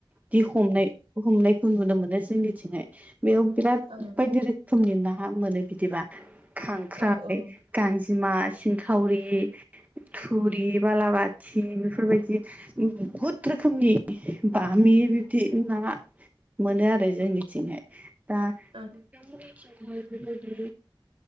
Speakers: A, on the right (about 15°); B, on the right (about 85°).
A: दि हमनाय हमनायखौ नुनो मोनो जोंनिथिंहाय बेयाव बिराद
B: औ
A: बायदि रोख खोमनि ना हा मोनो बिदिबा खांख्राइ,
B: औ औ
A: गांजिमा, सिंखावरि इ थुरि बालाबाथि बेफोरबायदि बहुत रोखोमनि <unintelligible> बामि बिब्दि ना मोनो आरो जोंनिथिंहाय दा
B: ओ
A: नोंथांमोनखिंहाय बेफोर बादि